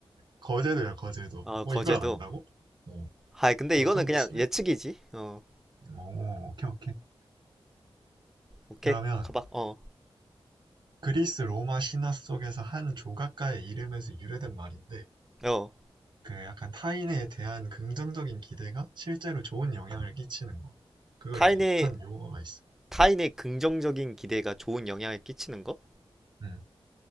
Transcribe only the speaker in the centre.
어,
거제도.
아, 근데
이거는
그냥
예측이지. 어,
오케이.
가봐. 어,
어.
타인의,
타인의 긍정적인 기대가 좋은 영향을 끼치는 거?